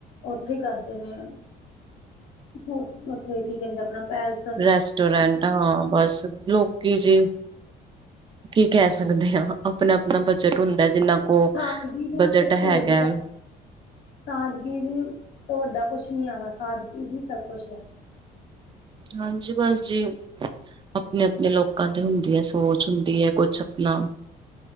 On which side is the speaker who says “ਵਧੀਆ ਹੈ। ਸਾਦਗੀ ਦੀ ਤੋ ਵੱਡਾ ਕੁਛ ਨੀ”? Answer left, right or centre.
Left